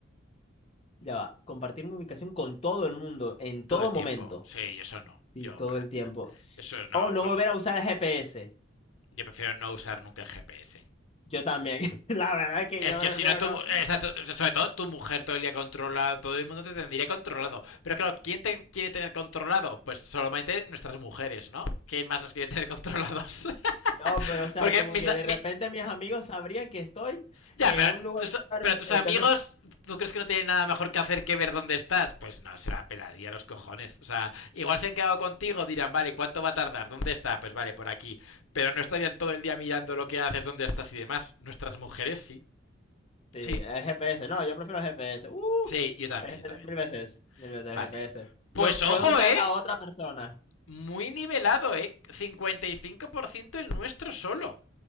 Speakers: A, on the left; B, on the left.
A: Ya va. Compartir mi ubicación con todo el mundo en
B: Todo
A: todo
B: el
A: momento.
B: tiempo. Sí, eso no.
A: Sí,
B: Yo,
A: todo
B: en plan,
A: el tiempo.
B: eso no.
A: O no volver a usar el GPS.
B: Yo prefiero no usar nunca el GPS.
A: Yo también, <laughs> la verdad es que
B: Es
A: yo
B: que
A: prefiero
B: si no, tu,
A: no.
B: sobre todo tu mujer todo el día controla, todo el mundo te tendría controlado. Pero claro, ¿quién te quiere tener controlado? Pues solamente nuestras mujeres, ¿no? ¿Quién más nos quiere tener controlados? <laughs>
A: No, pero o sea,
B: Porque
A: como
B: mis,
A: que de
B: mi,
A: repente mis amigos sabrían que estoy
B: ya,
A: en
B: pero
A: un lugar,
B: tus, pero tus
A: entonces,
B: amigos, ¿tú crees que no tienen nada mejor que hacer que ver dónde estás? Pues no, se la pelaría a los cojones. O sea, igual se han quedado contigo, dirán, vale, ¿cuánto va a tardar? ¿Dónde está? Pues vale, por aquí. Pero no estarían todo el día mirando lo que haces, dónde estás y demás. Nuestras mujeres sí.
A: sí,
B: Sí,
A: el GPS, no, yo prefiero el GPS. Uh,
B: sí, yo también,
A: el GPS
B: yo también.
A: mil veces, mil veces
B: Vale.
A: el GPS.
B: Pues
A: Lo
B: ojo,
A: puedo usar
B: ¿eh?
A: a otra persona.
B: Muy nivelado, ¿eh? cincuenta y cinco por ciento el nuestro solo.